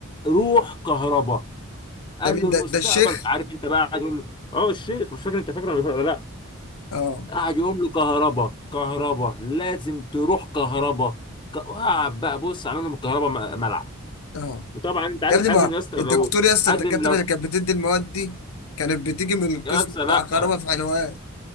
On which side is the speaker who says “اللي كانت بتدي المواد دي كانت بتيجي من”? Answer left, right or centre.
Left